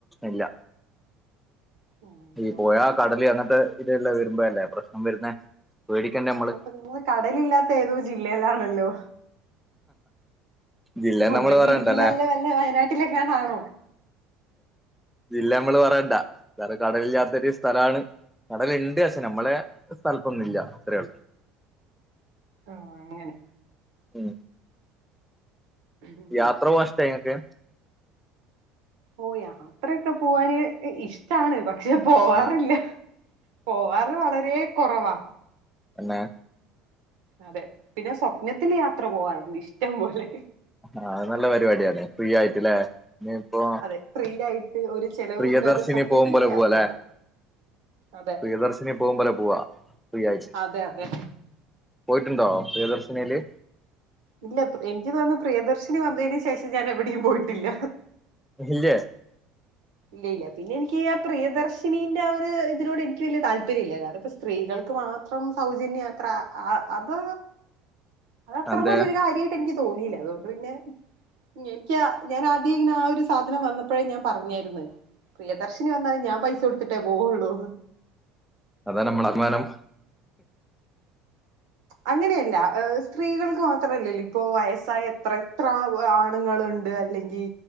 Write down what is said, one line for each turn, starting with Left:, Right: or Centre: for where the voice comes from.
Centre: ഇല്ല
Right: അതുകൊണ്ട്
Centre: ഈ പോയ
Right: പിന്നെ
Centre: കടല അങ്ങനത്തെ ഇതല്ല വരുമ്പോ അല്ലേ പ്രശ്നം വരുന്നേ പേടിക്കണ്ടേ നമ്മള്
Right: അപ്പൊ നിങ്ങൾ കടല ഇില്ലാത്ത ഏതോ ജില്ലയിലാണല്ലോ?
Centre: ഇതില്ലന്ന്
Right: ഒന്നെങ്കി
Centre: നമ്മള് പറയണ്ടല്ലേ.
Right: ഇടുക്കിയിലല്ലേ വല്ല വയനാട്ടിലെങ്ങാണാണോ
Centre: ഇില്ല നമ്മള് പറയണ്ടാ വേറെ കടലില്ല ചെറിയ സ്ഥലമാണ് കടലുണ്ട് പക്ഷേ നമ്മളെ സ്ഥലത്തൊന്നുംുമല്ല അത്രയേ ഉള്ളൂ
Right: ആഹ അങ്ങനെ
Centre: ഉ
Right: ഉം.
Centre: യാത്ര പോക ഇഷ്ടങ്ങക്ക്
Right: ഓ യാത്രയൊക്കെ പോവാാന് ഇഷ്ടാണ്പക്ഷേ പക്ഷെ പോവാറില്ല.
Centre: ആഹ്
Right: പോവാറ് വളരെ കുറവാ
Centre: അന്നെ
Right: അതെ പിന്നെ സ്വപ്നത്തില് യാത്ര പോവാറരുന്നു ഇഷ്ടം പോലെ
Centre: ആഹ അത് നല്ല പരിപാടിയാണ്േ ഫ്രീ ആയിട്ടില്ലേ ഇന്ന ഇപ്പോൊ.
Right: അതെ ഫ്രീ ആയിട്ട് ഒരു ചെലവും
Centre: പ്രിയദര്ശിനി
Right: ഇല്ലാതെ സ്വപ്നത്തിലൊക്കെ
Centre: പോകുമ്പോലെ പോവ
Right: യാത്ര
Centre: അല്ലെ.
Right: പോവാറ് അതെ
Centre: പ്രിയദർശിനി പോകുമ്പോള പോലെ പോവാ ഫ്രീ യാ ഇട്ട് അയച്ചു
Right: അതെ അതെ
Centre: പോയിട്ടുണ്ടോ പ്രിയദർശിനല്?
Right: ഇല്ല എനിക്ക് തോന്നന്ന് പ്രിയദർശിനി വന്നതിന് ശേഷം ഞാൻ എവിടെയും പോയിട്ടില്ല
Centre: ഇല്ലേ
Right: ഇല്ലയില്ല പിന്നെ എനിക്ക് പ്രിയദർശിനീന്റെറെ ആ ഒരു ഇതിനോട് എനിക്ക് വലിയ താല്പര്യം ഇല്ല കാരണം ഇ സ്ത്രീകൾക്ക് മാത്രം സൗജന്യയാത്ര അത് അത്ത്ര
Centre: അതെ
Right: വല്ലരു കാര്യട്ട് എനിക്ക് തോന്നിയില്ല അതുകൊണ്ട് പിന്നെ എനിക്ക് ഞാൻ ആദ്യം ഇങ്ങനെ ആ ഒരു സാധനം വന്നപ്പോഴേ ഞാൻ പറഞ്ഞായിന്ന് പ്രിയദർശിനി വന്നാലും ഞാൻ പൈസ കൊടുത്തിട്ടേ പോവുള്ളൂ
Centre: അതാ നമ്മളഭിമാനം
Right: അങ്ങനെയല്ല സ്ത്രീകൾക്ക് മാത്രല്ലല്ലോ ഇപ്പൊ വയസ്സായ എത്ര എത്ര ആണുങ്ങള്ണ്ട് അല്ലെങ്കിൽ